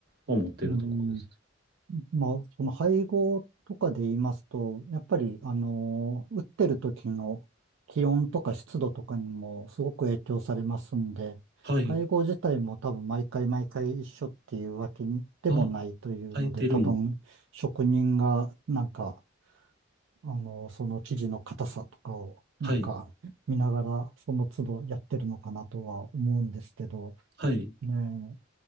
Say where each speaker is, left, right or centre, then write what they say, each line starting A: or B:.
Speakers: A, on the right; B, on the right.
A: は思ってるところです。
B: うん。まあ、その配合とかで言いますと、やっぱり、あのー打ってる時の気温とか湿度とかにもすごく影響されますんで、
A: はい。
B: 配合自体も多分毎回毎回一緒っていうわけでもないというので、
A: あ、変えてるん。
B: 多分職人がなんか、あのーその生地の硬さとかをなんか見ながらその都度やってるのかなとは思うんですけど、
A: はい。はい。
B: ね